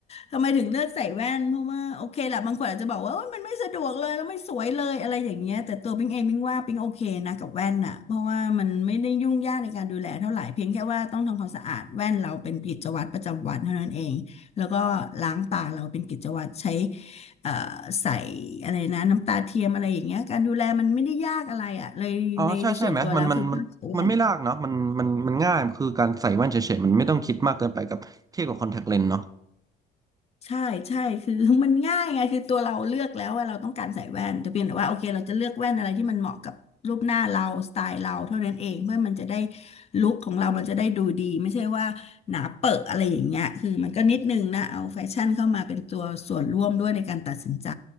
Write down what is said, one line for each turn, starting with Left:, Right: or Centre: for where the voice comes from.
Left: ทำไมถึงเลือกใส่แว่นเพราะว่าโอเคแหละบางคนอาจจะบอกว่าโอ๊ยมันไม่สะดวกเลยแล้วไม่สวยเลยอะไรอย่างเงี้ยแต่ตัวปิงเองปิงว่าปิงโอเคนะกับแว่นอ่ะเพราะว่ามันไม่ได้ยุ่งยากในการดูแลเท่าไหร่เพียงแค่ว่าต้องทำความสะอาดแว่นเราเป็นกิจวัตรประจำวันเท่านั้นเองแล้วก็ล้างตาเราเป็นกิจวัตรใช้เอ่อใส่อะไรนะน้ำตาเทียมอะไรอย่างเงี้ยการดูแลมันไม่ได้ยากอะไรอ่ะเลยในในส่วนตัวแล้วคือค่าใช้จ่าย
Right: อ๋อใช่ใช่ไหมมันมันมันมันไม่ยากเนาะมันมันมันง่ายคือการใส่แว่นเฉยๆมันไม่ต้องคิดมากเกินไปกับเทียบกับคอนแทคเลนส์เนาะ
Left: ใช่ใช่คือ <laughs> มันง่ายไงคือตัวเราเลือกแล้วว่าเราต้องการใส่แว่นแต่เพียงแต่ว่าโอเคเราจะเลือกแว่นอะไรที่มันเหมาะกับรูปหน้าเราสไตล์เราเท่านั้นเองเพื่อมันจะได้ลุคของเรามันจะได้ดูดีไม่ใช่ว่าหนาเปอะอะไรอย่างเงี้ยคือมันก็นิดนึงนะเอาแฟชั่นเข้ามาเป็นตัวส่วนร่วมด้วยในการตัดสินใจ